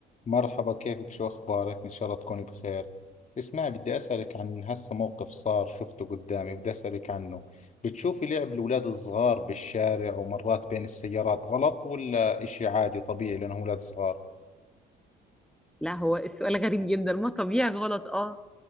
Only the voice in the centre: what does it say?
لا هو السؤال غريب جدا ما طبيعي غلط اه